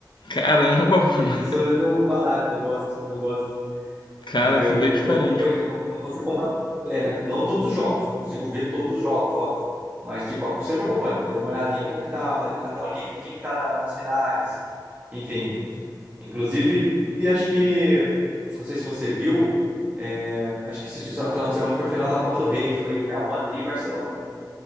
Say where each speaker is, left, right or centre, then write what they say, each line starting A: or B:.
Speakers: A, on the left; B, on the right.
A: Caramba, <laughs> mano,
B: Eu sou mesmo um fanático, eu gosto, eu gosto.
A: cara,
B: Aí
A: assim,
B: Eu,
A: bem
B: eu,
A: diferente.
B: eu acompanho, não, não consigo comparar, é, não todos os jogos, não consigo ver todos os jogos, óbvio. Mas, tipo, ac- sempre acompanho, dou uma olhadinha, como que tá a, a tal liga, quem que tá na- nas finais, enfim. Inclusive, acho que, não sei se você viu, é, acho que esse final de semana foi final da Copa do Rei, foi Real Madrid e Barcelona.